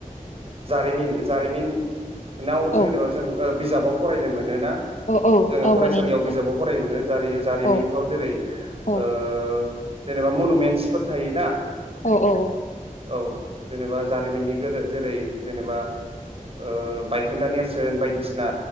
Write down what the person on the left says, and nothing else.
औ
औ औ
दावबायनायनि
बागै
औ
औ
औ औ।